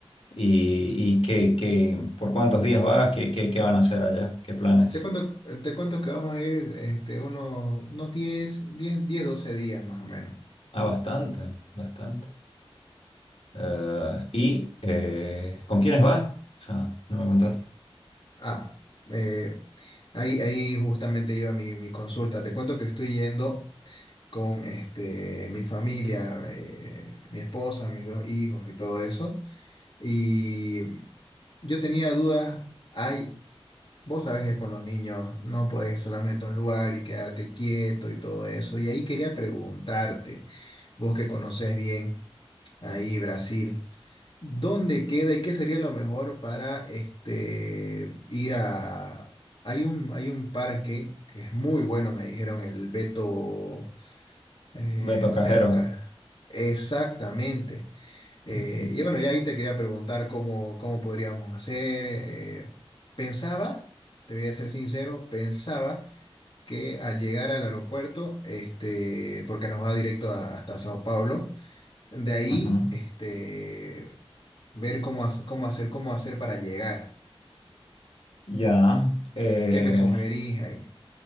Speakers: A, on the left; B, on the left.
A: ¿Y, y qué, qué, por cuántos días vas? ¿Qué, qué, qué van a hacer allá? ¿Qué planes?
B: Te cuento, te cuento que vamos a ir este, unos, unos diez, diez, diez, 12 días más o menos.
A: Ah, bastante, bastante. Eh, ¿y eh, con quiénes vas? O sea, no me contaste.
B: Ah, eh, ahí, ahí justamente iba mi, mi consulta. Te cuento que estoy yendo con este, mi familia, eh, mi esposa, mis dos hijos y todo eso. Y yo tenía dudas. Hay, vos sabés que con los niños no podés ir solamente a un lugar y quedarte quieto y todo eso. Y ahí quería preguntarte, vos que conocés bien ahí Brasil. ¿Dónde queda y qué sería lo mejor para este, ir a... Hay un, hay un parque que es muy bueno, me dijeron, el Beto, eh,
A: Beto Cajero.
B: Beto Car. Exactamente. Eh,
A: Ujú,
B: y bueno, ya ahí te quería preguntar cómo, cómo podríamos hacer. eh, pensaba, te voy a ser sincero, pensaba que al llegar al aeropuerto, este, porque nos va directo a- hasta Sao Paulo, de ahí,
A: ujú.
B: este, ver cómo, hace- cómo hacer, cómo hacer para llegar.
A: Ya. Eh,
B: ¿Qué me sugerís ahí?